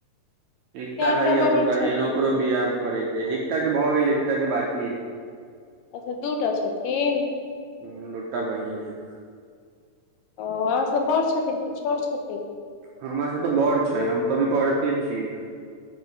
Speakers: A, on the right; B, on the left.
A: एकता
B: केटा
A: है आओरो बहिन
B: छथिन
A: ओकरो भी आब करे एकटा के भऽ गेल एकटा के बाकी हय
B: अच्छा दूटा छथिन
A: ह दूटा बहन हय
B: ओ आ सब बड़ छथिन कि छोट छथिन
A: हमर सभ तऽ बड़ छै हम तऽ अभी पढ़ते छियै